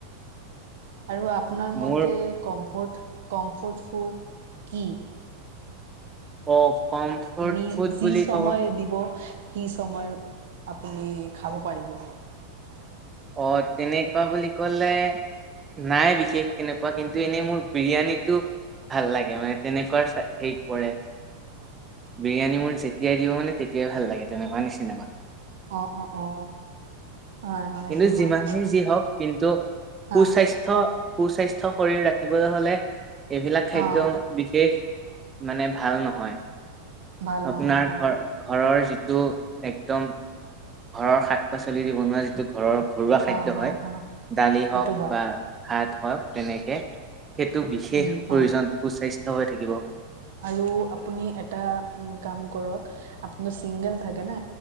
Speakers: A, on the right (about 70°); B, on the right (about 20°).
A: আৰু আপোনাৰ মতে
B: মোৰ
A: কমফৰ্ট কমফৰ্ট ফুদ কি?
B: অ', কমফৰ্ট
A: মানে আপুনি
B: ফুড
A: যি
B: বুলি
A: সময়
B: ক'ব
A: দিব সি সময়ত আপুনি খাব পাৰিব নে
B: অ তেনেকুৱা বুলি ক'লে নাই বিশেষ কেনেকুৱা কিন্তু এনেই মোৰ বিৰিয়ানীটো ভাল লাগে মানে তেনেকুৱা হেৰিত পৰে। বিৰিয়ানী মোৰ যেতিয়াই দিব মানে তেতিয়াই ভাল লাগে তেনেকুৱা নিচিনা হয়।
A: অ অ অ হয় হয়।
B: কিন্তু
A: এইটো
B: যিমানেই
A: হয়
B: যি হওক কিন্তু
A: হয়
B: সুস্বাস্থ্য সুস্বাস্থ্য শৰীৰ ৰাখিবলৈ হলে এইবিলাক খাদ্য
A: অ
B: বিশেষ মানে ভাল নহয়
A: ভাল
B: আপোনাৰ
A: নহয় অ
B: ঘৰ ঘৰৰ যি টো একদম ঘৰৰ শাক-পাচলি দি বনোৱা যিটো ঘৰৰ ঘৰুৱা খাদ্য
A: অ হ
B: হয়
A: হ
B: দালি হওঁক
A: এইটো ভাল
B: বা ভাত হওঁক তেনেকে সেইটো বিশেষ
A: উম
B: প্ৰয়োজন
A: অ
B: সুস্বাস্থ্য হৈ থাকি
A: আৰু আপুনি এটা কাম কৰক আপুনৰ চিংগল থাকে নে